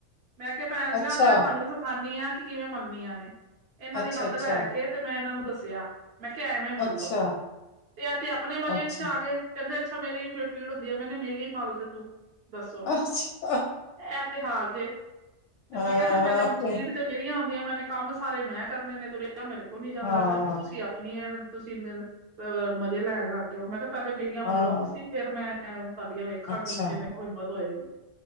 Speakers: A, on the right; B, on the left.
A: ਮੈਂ ਕਿਆ ਪੈਲਾਂ
B: ਅੱਛਾ
A: ਮੈਂ ਤੁਹਾਨੂੰ ਖਾਣੀ ਹਾਂ ਕਿ ਕਿਵੇਂ ਮਲਣੀਆਂ ਨੇ ਇਹਨਾਂ
B: ਅੱਛਾ
A: ਦੀ ਲੱਤ
B: ਅੱਛਾ
A: ਲੈ ਕੇ ਤੇ ਮੈਂ ਇਹਨਾਂ ਨੂੰ ਦੱਸਿਆ। ਮੈਂ ਕਿਆ ਐਵੇਂ ਮਲੋ
B: ਅੱਛਾ
A: ਤੇ ਆ ਤੇ ਆਪਣੇ ਮਜ਼ੇ
B: ਅੱਛਾ
A: 'ਚ ਆ ਗਏ। ਕੈਂਦੇ ਅੱਛਾ ਮੇਰੀ ਪੀੜ ਹੁੰਦੀਆ ਮੈਨੇ ਮੇਰੀਆ ਹੀ ਮੱਲਦੇ ਤੂੰ ਦੱਸੋ
B: ਅੱਛਾ
A: ਇਹ ਤੇ ਹਾਲ ਜੇ ਤੇ
B: ਹਾਂ
A: ਮੈਂ ਕਿਹਾ ਤੇ ਪੈਲੇ
B: ਆਪਣੇ
A: ਤੇ ਮੇਰੀਆਂ ਹੁੰਦੀਆਂ ਮੈਂ ਨੇ ਕੰਮ ਸਾਰੇ ਮੈਂ ਕਰਨੇ ਨੇ ਤੁਰਿਆ ਮੇਰੇ ਕੋਲ ਨੀ ਜਾਂਦਾ
B: ਹਾਂ
A: ਪਿਆ ਤੁਸੀਂ ਆਪ ਆਪਣੀਆਂ ਤੁਸੀਂ ਨ ਅ ਮਜ਼ੇ ਲੈਣ ਲੱਗ ਗਏ ਓ ਮੈਂ ਕਿਹਾ ਪੈਲੇ ਮੇਰੀਆਂ
B: ਹਾਂ
A: ਮਲੋ ਤੁਸੀ ਫੇਰ ਮੈਂ ਤੁਡੀਆਂ ਵੇਖਾਂਗੀ
B: ਅੱਛਾ
A: ਜੇ ਮੇ ਕੋ ਹਿੰਮਤ ਹੋਏਗੀ।